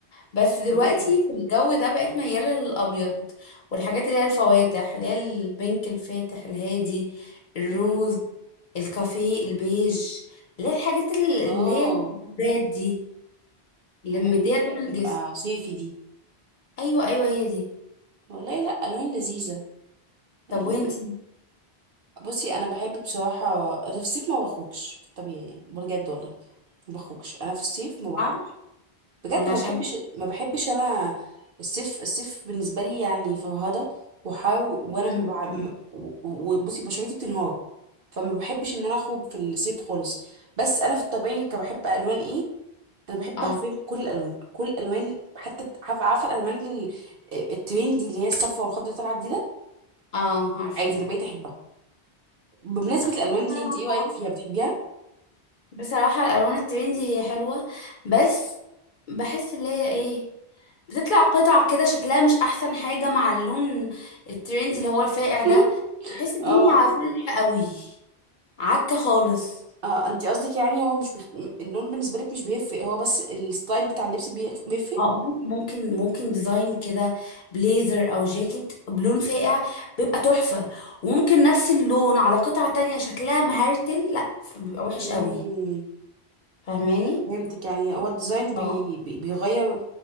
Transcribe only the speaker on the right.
امم
امم
اه
الحاجات
اللي
هي
بتبقى صيفي دي
والله لا الوان لذيذه يعني
بصي انا بحب بصراحه انا في الصيف ما بخرجش في الطبيعي يعني بجد والله ما بخرجش انا في الصيف ما بخرجش
بجد
ما
بحبش ما بحبش انا الصيف الصيف بالنسبه لي يعني فرهده وحر وانا
ما بع... م- و- وبصي بشرتي بتنهار فما بحبش ان انا اخرج في الصيف خالص بس انا في الطبيعي كبحب الوان ايه انا بحب
عارفين كل الالوان كل الالوان حتى عارفه عارفة الالوان ال- الترندي اللي هي الصفرا والخضرا اللي طالعه جديده
عادي انا بقيت احبها بمناسبة
الألوان
دي انت ايه رأيك فيها بتحبيها؟
<laughs>
اه
اه انت قصدك يعني هو مش بيخ... اللون بالنسبة لك مش بيفرق هو بس الستايل بتاع اللبس بيخ- بيفرق
امم
فهمتك يعني هو الديزاين بي...
بي... بيغير